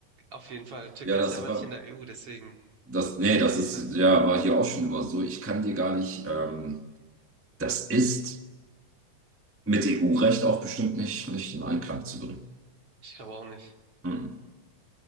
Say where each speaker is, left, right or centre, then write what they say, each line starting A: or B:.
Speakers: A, on the right; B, on the right.
A: Auf jeden Fall. Türkei
B: Ja, das
A: ist ja aber
B: war,
A: nicht in der EU, deswegen,
B: das, nee,
A: sie
B: das
A: dachte
B: ist,
A: mal
B: ja, war hier auch schon immer so. Ich kann dir gar nicht, ähm, das ist mit EU-Recht auch bestimmt nicht, nicht in Einklang zu bringen.
A: Ich glaube auch nicht.
B: Hm.